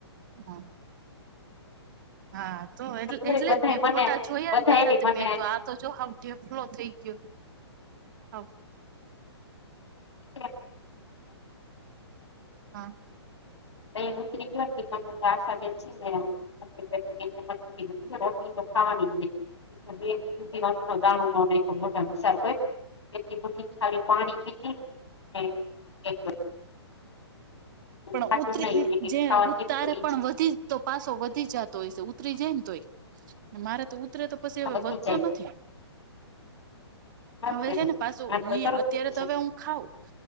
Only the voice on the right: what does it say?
હા હા તો એટલે
એટલે
જ મેં
ફોટા જોયાન
તારા
તો
મેં કીધું આ તો જો હાવ ઢેફ્લો થઈ ગયો હા.
હા
પણ
ઉતરી
જે
ઉતારે
પણ
વધી તો પાસો વધી જાતો હશે ઉતરી જાય ને તોય ને મારે તો ઉત્ત ઉતરે તો પસી હવે
વધતો
નથી.
હવે
હે ને પાસો
હું
એ
અત્યારે
તો
હવે હું ખાઉં